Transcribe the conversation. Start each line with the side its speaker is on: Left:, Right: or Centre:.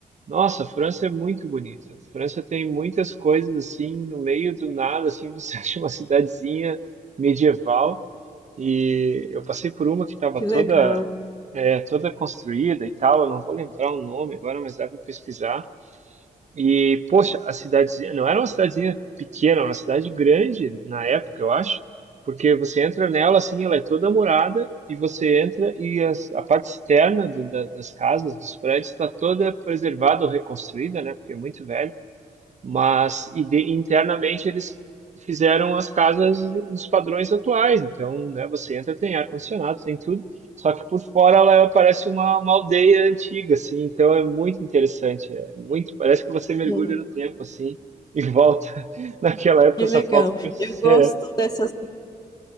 Right: Nossa, a França é muito bonita. A França tem muitas coisas assim, no meio do nada, assim, você <laughs> acha uma cidadezinha medieval. E eu passei por uma que estava
Left: que
Right: toda,
Left: legal.
Right: é, toda construída e tal. Eu não vou lembrar o nome agora, mas dá para pesquisar. E, poxa, a cidadezinha não era uma cidadezinha pequena, era uma cidade grande na época, eu acho, porque você entra nela assim, ela é toda morada, e você entra e as- a parte externa do- da- das casas, dos prédios, está toda preservada ou reconstruída, né? Porque é muito velho. Mas e de- internamente eles fizeram as casas nos padrões atuais. Então, né, você entra, tem ar-condicionado, tem tudo. Só que por fora ela parece uma, uma aldeia antiga, assim. Então é muito interessante. É muito, parece que você mergulha
Left: Uhum,
Right: no tempo, assim, e volta. <laughs> Naquela época
Left: Que
Right: só
Left: legal.
Right: falta você.
Left: Eu gosto
Right: É,
Left: dessas